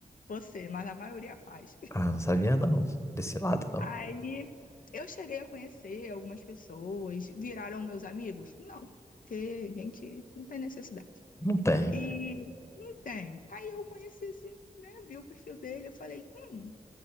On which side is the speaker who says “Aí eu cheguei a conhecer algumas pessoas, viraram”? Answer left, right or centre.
Left